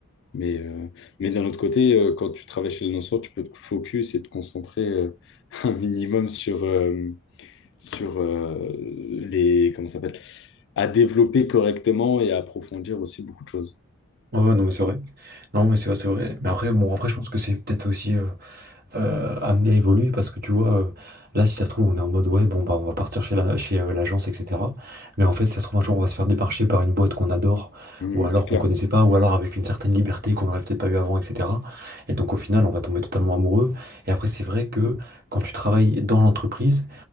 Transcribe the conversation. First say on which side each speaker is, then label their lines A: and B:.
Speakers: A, on the left; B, on the right.
A: Mais, euh, mais d'un autre côté, euh, quand tu travailles chez le l'annonceur, tu peux te focus et te concentrer euh, <laughs> un minimum sur, euh, sur euh, les... Comment ça s'appelle? À développer correctement et à approfondir aussi beaucoup de choses.
B: Ouais, ouais, non, mais c'est vrai. Non, mais c'est vrai, c'est vrai. Mais après, bon, après, je pense que c'est peut-être aussi... euh, euh, amené à évoluer parce que tu vois, euh, là, si ça se trouve, on est en mode ouais, bon, bah, on va partir chez la, chez euh, l'agence, etc. Mais en fait, si ça se trouve, un jour, on va se faire démarcher par une boîte qu'on adore
A: Hmm,
B: ou alors
A: c'est clair.
B: qu'on connaissait pas ou alors avec une certaine liberté qu'on n'aurait peut-être pas eu avant, etc. Et donc, au final, on va tomber totalement amoureux. Et après, c'est vrai que quand tu travailles dans l'entreprise,